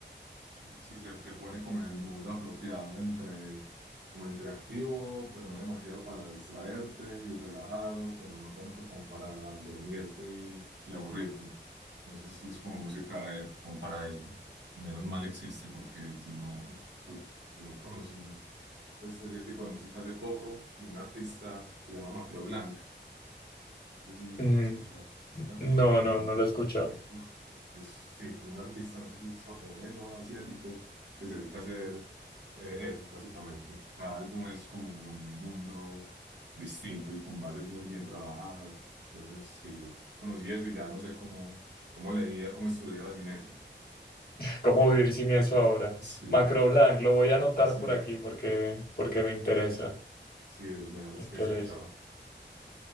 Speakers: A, on the right; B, on the left.
A: sí, sí, se te pone como en el mood apropiado entre, como entre activo, pero no demasiado para distraerte y relajado, pero no tanto como para dormirte y, y aburrirte. No sé si es como música eh, como para eso. Menos mal existe porque si no, uf, yo, yo conocí. pues, ese tipo de música hace poco y un artista que se llama Macro Blanc. No sé si
B: Ujú.
A: lo has escuchado. Si no,
B: No,
A: te lo recomiendo.
B: no, no lo he escuchado.
A: Es, uf, es tipo un artista, no sé si es japonés o asiático, que se dedica a hacer eh, eso, básicamente. Cada álbum es como un mundo distinto y con bases muy bien trabajadas. Entonces, sí, yo conocí eso y ya no sé cómo, cómo leía, cómo estudiaba sin eso.
B: <laughs> ¿Cómo vivir sin eso ahora?
A: Sí,
B: Macroblanc, lo voy a anotar
A: sí,
B: por aquí porque, porque me interesa.
A: sí, de los mejores
B: Me interesa.
A: que he escuchado.